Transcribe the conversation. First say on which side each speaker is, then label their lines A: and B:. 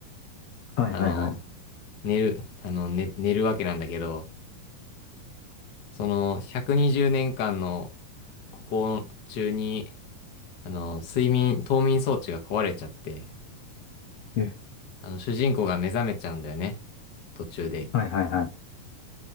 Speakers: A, on the left (about 65°); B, on the left (about 45°).
A: はいはいはい。
B: あの、寝る、あの、ね寝るわけなんだけど、その120年間のここ中に、あの、睡眠、冬眠装置が壊れちゃって、
A: え、
B: あの、主人公が目覚めちゃうんだよね。途中で。
A: はいはいはい。